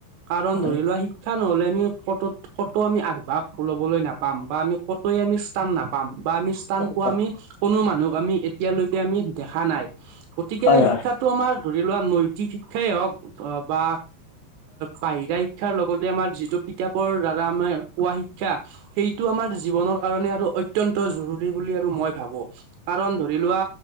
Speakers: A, on the right; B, on the left.
A: কাৰণ
B: হয়
A: ধৰি লোৱা শিক্ষাৰ নহলে আমি ক, কতো আমি আগভাগ ল'বলৈ নাপাম বা আমি কতে আমি স্থান নাপাম। বা আমি স্থান
B: হয়
A: পোৱা আমি কোনো মানুহক আমি এতিয়ালৈকে আমি দেখা নাই। গতিকে
B: হয় হয় হয়
A: শিক্ষাটো আমাৰ ধৰি লোৱা নৈতিক শিক্ষাই হওক বা বাহিৰা শিক্ষাৰ লগতে আমাৰ যিটো কিতাপৰ দ্বাৰা আমাৰ পোৱা শিক্ষা সেইটো আমাৰ জীৱনৰ কাৰণে আৰু অত্ন্ত জৰুৰী বুলি আৰু মই ভাবো কাৰণ ধৰি লোৱা